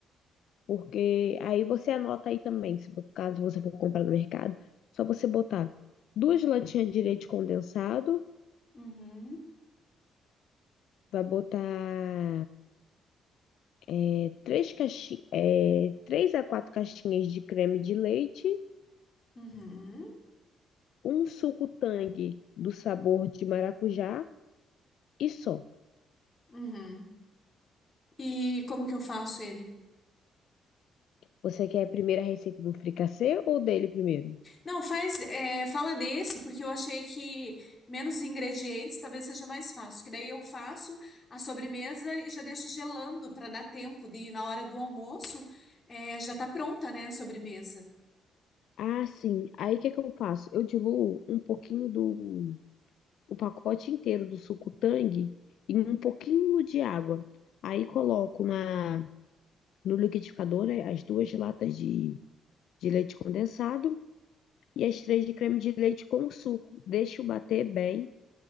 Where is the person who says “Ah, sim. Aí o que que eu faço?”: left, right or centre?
Left